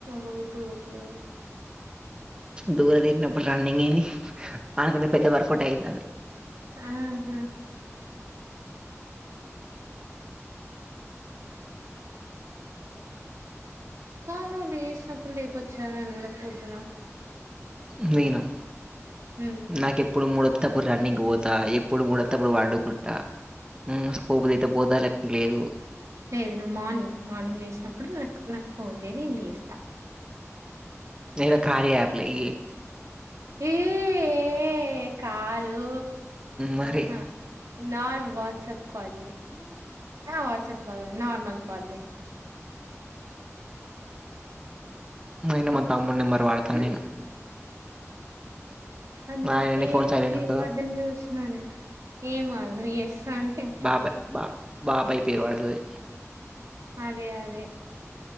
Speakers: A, on the right; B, on the right.
A: హో ఇప్పుడు పోతలేవు.
B: దూలా తిరినప్పుడు రన్నింగ్ ఏంది ఆనకంత పెద్ద వర్కౌట అయితా.
A: ఆ హా. క్క నువ్వు లేచినప్పుడు లేపచ్చుగా నన్ను కూడా పొద్దున.
B: పోయినం
A: ఉమ్.
B: నాకెప్పుడూ మూడత్తే అప్. అప్పుడు రన్నింగ్ పోతా ఎప్పుడు ముడత్తే అప్పుడు పండుకుంటా. ఊ పోపుదైతే పోతా లేకపోతే లేదు.
A: లేదు నువ్వు మార్నింగ్ మార్నింగ్ లేసినప్పుడు నాకు నాకు ఫోన్ చేయ్ నేను లేస్తా.
B: లేదా కార్ యాప్ లో ఇయ్యి.
A: ఏకాదు
B: మరి
A: ఆహా. నార్ వాట్సప్ కాల్ చెస్.
B: నో.
A: ఆ వాట్సప్ కాల్ నార్మల్ కాల్ చెయ్.
B: ఐనా మా తమ్ముడి నెంబరు వాడతాన
A: హ్మ్
B: నేను.
A: అందుకేదొ
B: ఆయన నీ ఫోన్ సైలెంట్
A: పేరు
B: ఉంటుందా
A: పడ్డం చూసిన నేను ఏమవ్ నో ఎస్సా అంటే.
B: ఆ అబ్బాయి బా. బాబాయ్ పేరు పడతది.
A: అదే అదే.